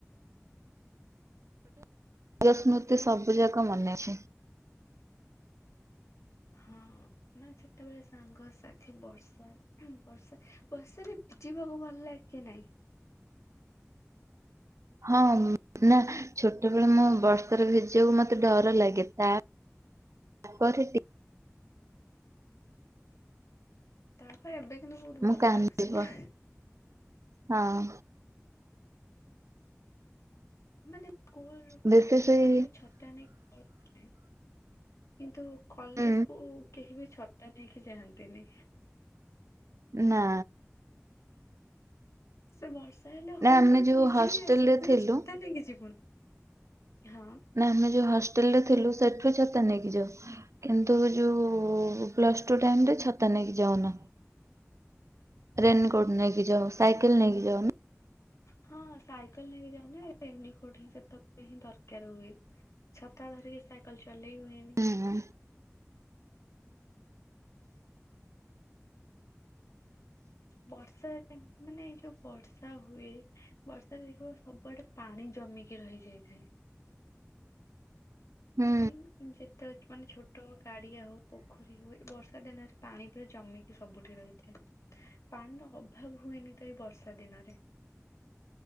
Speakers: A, on the right; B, on the left.
A: <inaudible> ସ୍ମୃତି
B: ହଁ
A: ସବୁ ଯାକ ମନେ ଅଛି।
B: ହଁ ମାନେ ସେତେବେଳେ ସାଙ୍ଗସାଥି ବର୍ଷା ବର୍ଷା ବର୍ଷାରେ ଭିଜିବାକୁ ଭଲ୍ ଲାଗେ କି ନାଇଁ?
A: ହଁ ନା ଛୋଟବେଳେ ମୁଁ ବର୍ଷାରେ ଭିଜିବାକୁ ମତେ ଡର ଲାଗେ ତା ତାପରେ ଟି
B: ତାପରେ ଏବେ କିନ୍ତୁ ବହୁତ୍ ଭଲ
A: ମୁଁ କାନ୍ଦିବ
B: ଲାଗୁଚି ନା।
A: ହଁ।
B: ମାନେ ସ୍କୁଲକୁ
A: ବେଶୀ
B: ବି
A: ସେଇ
B: ତ ଆମେ ଛତା ନେଇକି ପଳଉଥିଲେ। କିନ୍ତୁ କଲେଜ୍
A: ହୁଁ
B: କୁ କେହି ବି ଛତା ନେଇକି ଯାଆନ୍ତିନି।
A: ନା।
B: ସେ ବର୍ଷ ର୍ଷା ହେଲେ
A: ନା
B: ହଉ
A: ଆମେ
B: ବଂର
A: ଯୋଉ
B: ଭିଜିକି
A: ହଷ୍ଟେଲରେ
B: ଆସିବୁ କିନ୍ତୁ
A: ଥିଲୁ
B: ଛତା ନେଇକି ଯିବୁନୁ ହଁ।
A: ନା ଆମେ ଯଉ ହଷ୍ଟେଲ ରେ ଥିଲୁ ସେଠୁ ଛତା ନେଇକି ଯାଉ। କିନ୍ତୁ ଯୋଉ ପ୍ଲସ୍ ଟୁ ଟାଇମ୍ ରେ ଛତା ନେଇକି ଯାଉନା। ରେନିକୋଟ୍ ନେଇକି ଯାଉ
B: ଛତା
A: ସାଇକେଲ ନେଇକି ଯାଉ ନା।
B: ହଁ ସାଇକେଲ୍ ନେଇକି ଯାଉନା ରେନିକୋଟ୍ ହିଁ ସେତେବେଳେ ହିଁ ଦରକାର୍ ହୁଏ। ଛତା ଧରିକି ସାଇକେଲ୍ ଚଲେଇ ହୁଏନି।
A: ହୁଁ।
B: ବର୍ଷାରେ ମାନେ ଏଇ ଯଉ ବର୍ଷା ହୁଏ ବର୍ଷାରେ ଦେଖିବ ସବୁଆଡେ ପାଣି ଜମିକି ରହିଯାଇଥାଏ।
A: ହୁଁ
B: ନାଇଁ ଯେ ଏତେ ମାନେ ଛୋଟ ଗାଡିଆ ହଉ ପୋଖରୀ ହଉ ଏ ବର୍ଷା ଦିନରେ ପାଣି ପୁରା ଜମିକି ସବୁଠି ରହିଥାଏ। ପାଣିର ଅଭାବ ହୁଏନି ତ ଏଇ ବର୍ଷା ଦିନରେ।